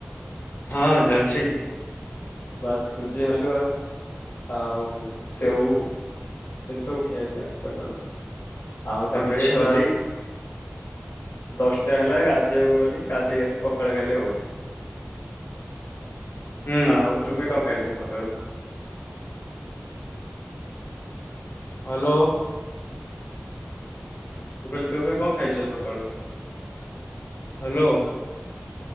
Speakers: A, on the left; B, on the left.
A: ହଁ ଜାଣିଛି।
B: ବାସ୍ ସୁଜି ହାଲୁଆ ଆଉ ସେଉ। ସବୁ ଖିଆ ଥିଲା ସକାଳୁ। ଆଉ ତାପରେ
A: ଆଚ୍ଛା
B: ଗଲି। ଦଶଟା ହେଲା ଗାଧେଇବାକୁ ଗଲି ଗାଧେଇକି ଆସି ପଖାଳ ଖାଇଲି ଆଉ।
A: ହୁଁ
B: ଆଉ ତୁମେ କଁ ଖାାଇଛ ସ କାଳୁ
A: ହ୍ୟାଲୋ।
B: ମୁ କହିଲ ତମେ କଣ ଖାଇଛ ସକାଳୁ?
A: ହ୍ୟାଲୋ।